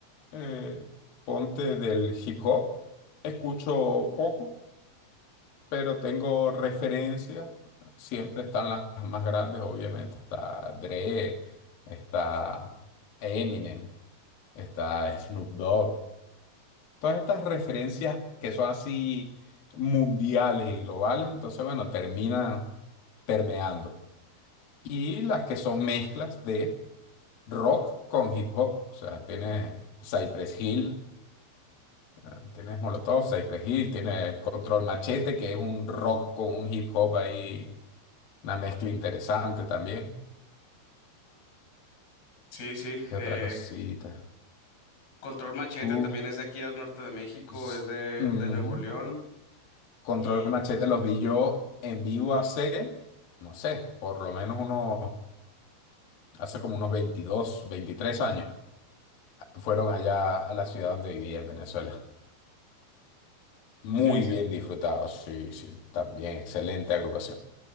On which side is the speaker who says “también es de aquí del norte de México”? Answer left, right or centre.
Left